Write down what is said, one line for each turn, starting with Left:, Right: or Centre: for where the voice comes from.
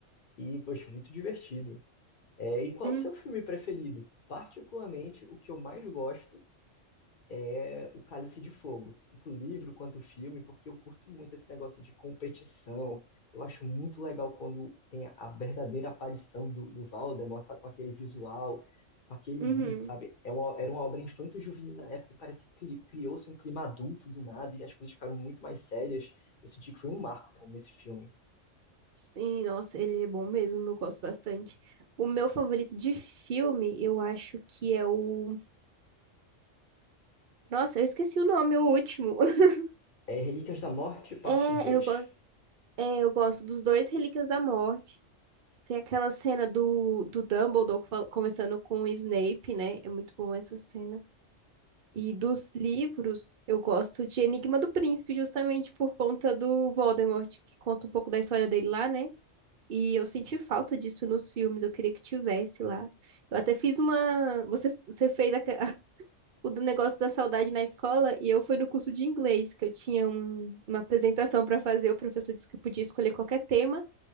Left: E, poxa, muito divertido. É, e qual
Right: uhum,
Left: o seu filme preferido? Particularmente, o que eu mais gosto é O Cálice de Fogo, tanto o livro quanto o filme, porque eu curto muito esse negócio de competição. Eu acho muito legal quando tem a, a verdadeira aparição do, do Voldemort, sabe, com aquele visual, com aquele
Right: uhum.
Left: livro, sabe? É uma, era uma obra infanto-juvenil da época e parece que cri- criou-se um clima adulto do nada e as coisas ficaram muito mais sérias. Eu senti que foi um marco para mim esse filme.
Right: Sim, nossa, ele é bom mesmo, eu gosto bastante. O meu favorito de filme, eu acho que é o... Nossa, eu esqueci o nome, o último. <laughs>
Left: É Relíquias da Morte, parte
Right: É,
Left: dois.
Right: eu gosto, é, eu gosto dos dois Relíquias da Morte. Tem aquela cena do, do Dumbledore fal- conversando com o Snape, né? É muito bom essa cena. E dos livros, eu gosto de Enigma do Príncipe, justamente por conta do Voldemort, que conta um pouco da história dele lá, né? E eu senti falta disso nos filmes, eu queria que tivesse lá. Eu até fiz uma. Você, você fez a- <laughs> o do negócio da saudade na escola e eu fui no curso de inglês, que eu tinha um- uma apresentação para fazer, o professor disse que eu podia escolher qualquer tema.